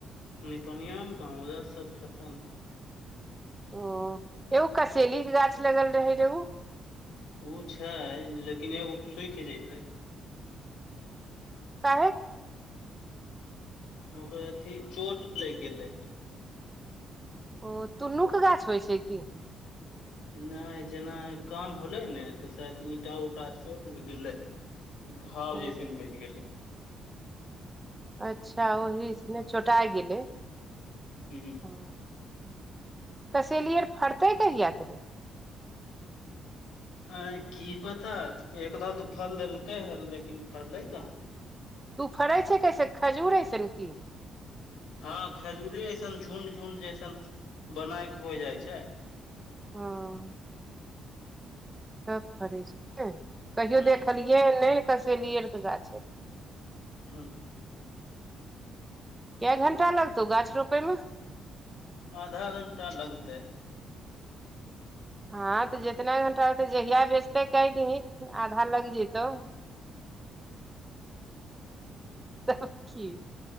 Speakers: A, on the left (about 85°); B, on the right (about 15°).
A: निपनियामे कहां उधर सब खतम।
B: ओ एगो कसेली के गाछ लगल रहे जे ऊ?
A: तऽ ऊ छैय लेकिन एगो सुखि जतै।
B: काहे?
A: ओकर अथी चोट लागि गेलै।
B: ओ तुन्नूक गाछ होइ छैय की?
A: नहि जेना काम होलै ने तऽ शायद ईंटा उटा चोट लागि गेलै। घाव जैसन
B: ओ
A: बनि गेलै।
B: अच्छा ओहिमें चोटा गेलै।
A: हूं
B: ह कसेलि आर फड़तै कहियाते।
A: आय की पता एकदा तऽ फल देलकै हे लेकिन फललै कहा।
B: तू फड़ै छैय कैसे खजूर अयसन की?
A: हँ खजूरे अएसन झुंड झुंड जैसन बनायके हो जाइ छैय।
B: हँ त फड़ै छैय ने कहियो
A: ह
B: देखलियै ह नहि कसेलियै त गाछ।
A: हूँ
B: कय घंटा लगतौ गाछ रोपे मे?
A: आधा घण्टा लगतै।
B: हँ तऽ जितना घंटा होतै जहिया बेचतै कैही दिही आधा लग जतौ। <inaudible> तब की